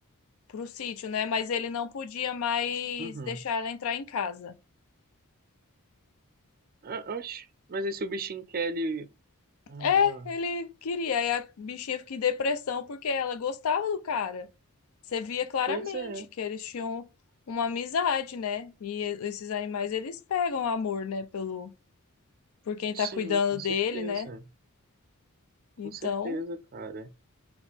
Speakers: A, on the left; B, on the right.
A: pro sítio, né? Mas ele não podia mais
B: Uhum.
A: deixar ela entrar em casa.
B: Ah, oxe, mas esse o bichinho Kelly. Ai,
A: É,
B: ó.
A: ele queria. Aí a bichinha fica em depressão porque ela gostava do cara. Você via claramente
B: Pois é.
A: que eles tinham uma amizade, né? E esses animais eles pegam amor, né, pelo por quem
B: Sim,
A: tá cuidando
B: com certeza.
A: dele, né?
B: Com
A: Então,
B: certeza, cara.